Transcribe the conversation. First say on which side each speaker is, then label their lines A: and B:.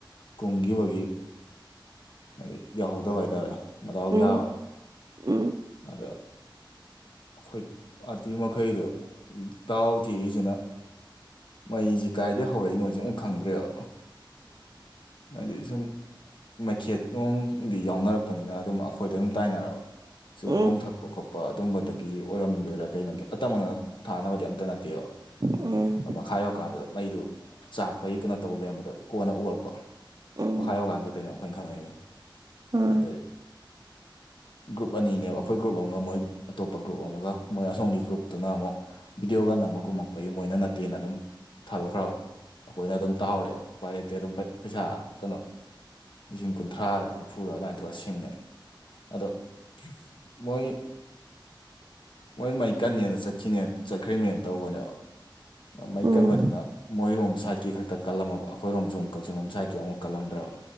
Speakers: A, on the left (about 70°); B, on the right (about 45°).
A: ꯀꯨꯝꯈꯤꯕꯒꯤ ꯍꯥꯏꯗꯤ ꯌꯥꯎꯍꯧꯗꯕ ꯍꯥꯏꯇꯥꯔꯦ ꯃꯇꯗꯥꯎ ꯌꯥꯕ
B: ꯎꯝ ꯎꯝ
A: ꯑꯗ ꯑꯩꯈꯣꯏ ꯑꯥꯇꯤ ꯃꯈꯩꯗꯣ ꯇꯥꯎ ꯊꯦꯛꯏꯁꯤꯅ ꯃꯩꯁꯦ ꯀꯥꯏꯗꯒꯤꯩ ꯍꯧꯔꯛꯏꯅꯣꯁꯦ ꯑꯃꯨꯛ ꯈꯪꯗ꯭ꯔꯦꯕ ꯍꯥꯏꯗꯤ ꯁꯨꯝ ꯃꯩꯈꯦꯠ ꯅꯨꯡꯗꯤ ꯌꯥꯎꯅꯔꯛꯄꯅꯤꯅ ꯑꯗꯨꯝ ꯑꯩꯈꯣꯏꯗ ꯑꯗꯨꯝ ꯇꯥꯏꯅꯔꯕ ꯁꯨꯔꯨꯞ
B: ꯎꯝ ꯎꯝ
A: ꯣꯝ ꯊꯛꯄ ꯈꯣꯠꯄ ꯑꯗꯨꯝꯕꯗꯒꯤ ꯑꯣꯏꯔꯝꯗꯣꯏꯔꯥ ꯀꯩꯅꯣꯒꯤ ꯑꯇꯝꯕꯅ ꯊꯥꯅꯕꯗꯤ ꯑꯝꯇ ꯅꯠꯇꯦꯕ
B: ꯎꯝ
A: ꯑ ꯃꯈꯥ ꯌꯧꯔꯀꯥꯟꯗꯨꯗ ꯃꯩꯗꯨ ꯆꯥꯛꯄꯒꯤ ꯀꯩꯅꯣ ꯇꯧ ꯂꯩꯔꯝꯕꯗꯣ ꯀꯣꯟꯅ ꯎꯔꯛꯄ
B: ꯎꯝ
A: ꯃꯈꯥ ꯌꯧꯀꯥꯟ ꯈꯛꯇꯅꯦꯕ ꯋꯥꯈꯣꯏ ꯈꯪꯉꯩꯌꯦ
B: ꯑꯥ
A: ꯑꯗꯩ ꯒ꯭ꯔꯨꯞ ꯑꯅꯤꯅꯦꯕ ꯑꯩꯈꯣꯏ ꯒ꯭ꯔꯨꯞ ꯑꯃꯒ ꯃꯣꯏ ꯑꯇꯣꯞꯄ ꯒ꯭ꯔꯨꯞ ꯑꯃꯒ ꯃꯣꯏ ꯑꯁꯣꯝꯒꯤ ꯒ꯭ꯔꯨꯞ ꯇꯨꯅ ꯑꯃꯨꯛ ꯚꯤꯗꯤꯑꯣ ꯒꯟ ꯑꯃ ꯀꯨꯝꯃꯛꯄꯒꯤ ꯃꯣꯏꯅ ꯅꯠꯇꯦꯅ ꯑꯗꯨꯝ ꯊꯥꯗꯣꯛꯈ꯭ꯔꯕ ꯑꯩꯈꯣꯏꯅ ꯑꯗꯨꯝ ꯇꯥꯍꯧꯔꯛꯦ ꯎꯄꯥꯏ ꯂꯩꯇꯦ ꯑꯗꯨꯝ ꯄꯩꯁꯥ ꯀꯩꯅꯣ ꯂꯤꯁꯤꯡ ꯀꯨꯟꯊ꯭ꯔꯥꯔ ꯅꯤꯐꯨꯔꯥ ꯑꯗꯨꯃꯥꯏ ꯇꯧꯔꯒ ꯁꯤꯡꯅꯩ ꯑꯗꯣ ꯃꯣꯏ ꯃꯣꯏ ꯃꯩ ꯀꯟꯅꯅ ꯆꯠꯈꯤꯅꯦ ꯆꯠꯈ꯭ꯔꯤ ꯃꯦꯝ ꯇꯧꯕꯅꯦꯕ ꯃꯩ
B: ꯎꯝ
A: ꯀꯟꯕꯗꯨꯅ ꯃꯣꯏꯔꯣꯝ ꯁꯥꯏꯠꯀꯤ ꯈꯛꯇ ꯀꯜꯂꯝꯃꯕ ꯑꯩꯈꯣꯏꯔꯣꯝ ꯁꯣꯨꯝ ꯀꯛꯆꯤꯡꯡꯂꯣꯝ ꯁꯥꯏꯠꯀꯤ ꯑꯃꯨꯛ ꯀꯜꯂꯝꯗ꯭ꯔꯕ